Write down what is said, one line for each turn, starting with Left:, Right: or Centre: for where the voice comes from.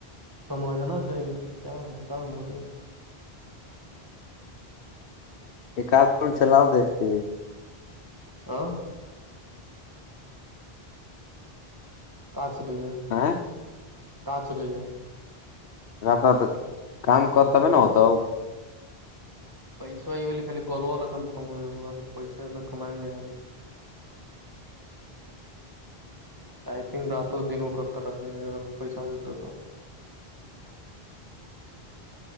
Right: سمجھ آنا چاہیے کیا ہے کا بولے
Left: ایکدن چلاؤ دکھتے
Right: ہاں کا اچھی لگی ہے
Left: آ
Right: کا چل گے
Left: تا کام کرتابھی نہ ہوتا
Right: پیسا ہے خال کالو والا کنفم بعد تو پیسا اتنا کمائیں گے ٹائپنگ راتوں دنوں کرتے رہیں گے اگر پیسہ ملتا تو